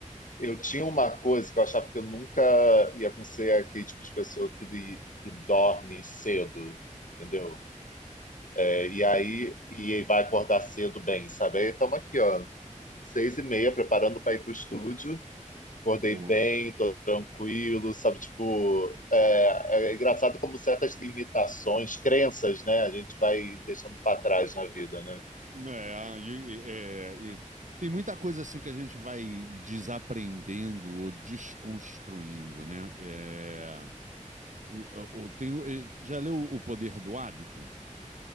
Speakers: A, on the left; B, on the right.
A: Eu tinha uma coisa que eu achava que eu nunca ia conseguir aquele tipo de pessoa que, que dorme cedo, entendeu? É, E aí e vai acordar cedo bem, sabe? Aí estamos aqui, ó, seis e meia, preparando para ir pro estúdio. Acordei
B: boa.
A: bem, tô tranquilo, sabe? Tipo, é, é engraçado como certas limitações, crenças, né? A gente vai deixando para trás na vida, né?
B: É, ah, e- e- é, e tem muita coisa assim que a gente vai desaprendendo ou desconstruindo, né? É, o- o- tem o- e- já leu O Poder do Hábito?